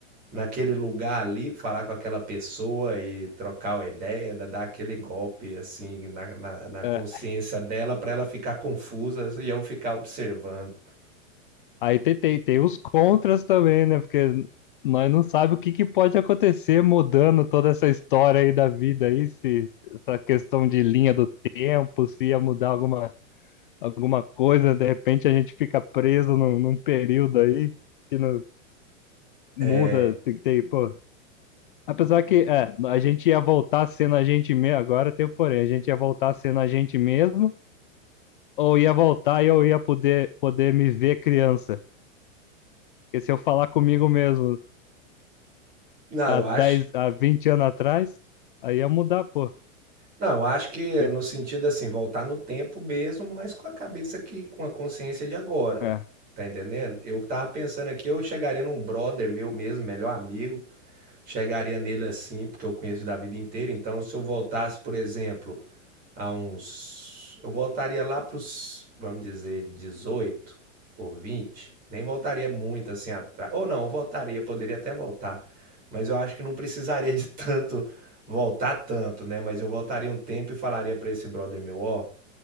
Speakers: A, on the right; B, on the left.
A: Naquele lugar ali, falar com aquela pessoa e trocar uma ideia, da dar aquele golpe, assim, na na na consciência
B: É,
A: dela para ela ficar confusa e eu ficar observando.
B: Aí tem, tem, tem os contras também, né? Porque nós não sabemos o que, que pode acontecer mudando toda essa história aí da vida aí, se se essa questão de linha do tempo, se ia mudar alguma, alguma coisa, de repente a gente fica preso num, num período aí que não muda,
A: É.
B: tem que ter, pô. Apesar que é, a gente ia voltar sendo a gente mesmo, agora tem o porém, a gente ia voltar sendo a gente mesmo, ou ia voltar e eu ia poder, poder me ver criança. Porque se eu falar comigo mesmo,
A: Não,
B: há
A: eu
B: 10
A: acho
B: há 20 anos atrás, aí ia mudar, pô.
A: não, eu acho que
B: Ia-
A: no sentido, assim, voltar no tempo mesmo, mas com a cabeça que com a consciência de agora,
B: É,
A: tá entendendo? Eu tava pensando aqui, eu chegaria num brother meu mesmo, melhor amigo, chegaria nele assim, porque eu conheço da vida inteira, então se eu voltasse, por exemplo, há uns. Eu voltaria lá pros, vamos dizer, 18 ou vinte Nem voltaria muito assim atrás. Ou não, eu voltaria, poderia até voltar. Mas eu acho que não precisaria de <laughs> tanto voltar tanto, né? Mas eu voltaria um tempo e falaria para esse brother meu, ó,